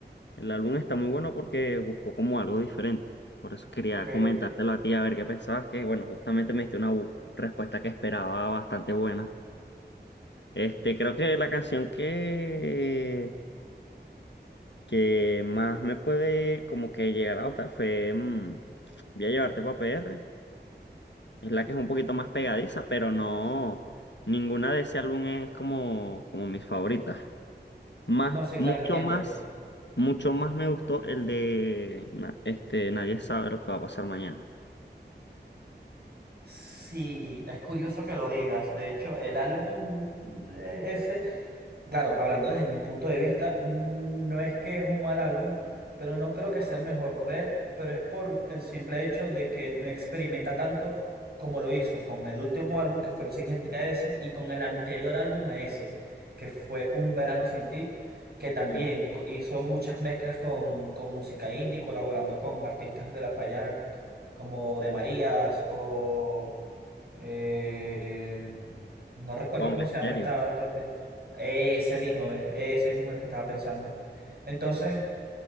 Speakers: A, on the left (about 80°); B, on the right (about 60°).
A: El álbum está muy bueno porque buscó como algo diferente. Por eso quería
B: Ok.
A: comentártelo a ti, a ver qué pensabas, que bueno, justamente me diste una bu- respuesta que esperaba bastante buena. Este, creo que la canción que, que más me puede como que llegar a gustar fue mm, Voy a llevarte pa' PR. Es la que es un poquito más pegadiza, pero no, ninguna de ese álbum es como, como mis favoritas. Más,
B: No, sí,
A: mucho
B: claro, entiendo.
A: más, mucho más me gustó el de na- este, nadie sabe lo que va a pasar mañana.
B: Sí, es curioso que lo digas. De hecho, el álbum ese, claro, hablando desde mi punto de vista, no es que es un mal álbum, pero no creo que sea el mejor de él, pero es por el simple hecho de que no experimenta tanto como lo hizo con el último álbum, que fue el siguiente a ese, y con el anterior álbum a ese, que fue Un Verano Sin Ti, que también
A: Uf,
B: co- hizo muchas mezclas con, con música indie, colaborando con artistas de la talla como de Marías o... Eh, no recuerdo
A: bomba
B: cómo se
A: estéreo.
B: llama esta otra artista. Ese mismo, me- ese mismo el que estaba pensando. Entonces,